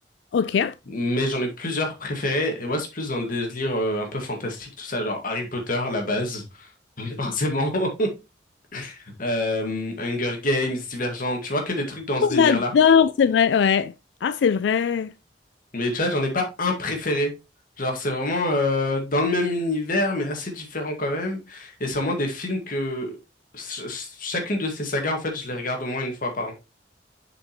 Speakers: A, on the left; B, on the left.
A: Ok.
B: mais j'en ai plusieurs préférés et moi c'est plus dans le délire euh, un peu fantastique tout ça genre Harry Potter la base <laughs> forcément, <laughs> euh, Hunger Games, Divergent, tu vois que des trucs dans
A: Oh,
B: ce délire
A: J'adore,
B: là.
A: c'est vrai, ouais. Ah, c'est vrai.
B: Mais tu vois j'en ai pas un préféré, genre c'est vraiment euh, dans le même univers mais assez différent quand même et c'est vraiment des films que ch- ch- chacune de ces sagas en fait je les regarde au moins une fois par